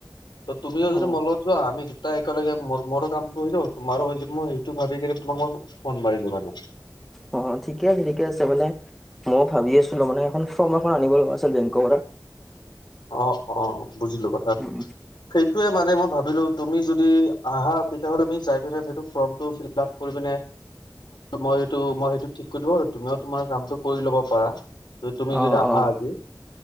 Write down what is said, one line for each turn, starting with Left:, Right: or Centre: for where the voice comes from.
Left: ত তুমিও যদি
Centre: অ'।
Left: মলগ ত যোৱা আমি তাই একেলগে ম মোৰো কামটো কৰিলোঁ, তোমাৰো হৈ যাব মই সেইটো ভাবি কি তোমাক মই ফোন মাৰিলো মানে।
Centre: অ ঠিকে আছে ঠিকে আছে মানে মই ভাবি আছিলো মানে এখন ফৰ্ম এখন আনিব লগা আছিল বেংকৰ পৰা।
Left: অ অ বুজিলো কথাটো,
Centre: উম উম।
Left: সেই সেইটোৱে মানে মই ভাবিলো তুমি যদি আহা তেতিয়াহ'লে আমি যাই পেলাই সেই ফৰ্মটো ফিলাপ কৰি পিনে মই সেইটো মই সেইটো ঠিক কৰিলো আৰু তুমিও তোমাৰ কামটো কৰি ল'ব পাৰা। ত তুমি
Centre: অ
Left: যদি আহা
Centre: অ
Left: আজি